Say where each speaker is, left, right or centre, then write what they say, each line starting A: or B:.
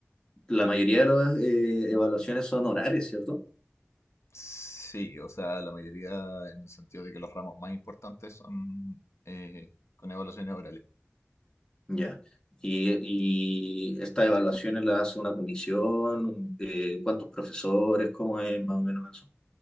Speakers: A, on the left (about 15°); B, on the left (about 65°).
A: la mayoría de las eh, evaluaciones son orales, ¿cierto?
B: sí, o sea, la mayoría en el sentido de que los ramos más importantes son eh, con evaluaciones orales.
A: Ya. Y, y estas evaluaciones las hace una comisión, un- eh, cuántos profesores, cómo es más o menos eso.